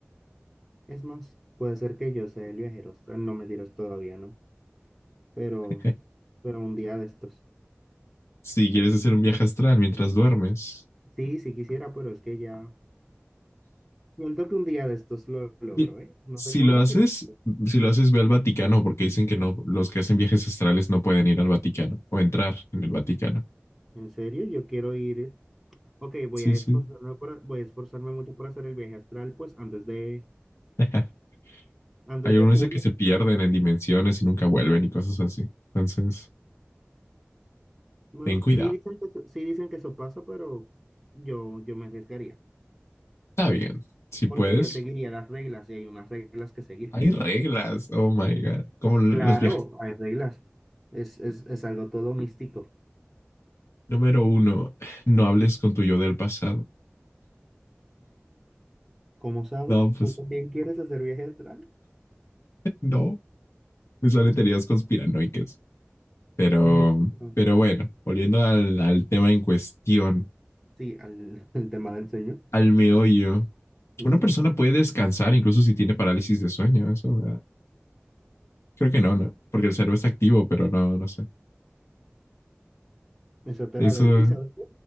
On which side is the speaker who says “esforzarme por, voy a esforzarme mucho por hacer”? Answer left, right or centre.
Centre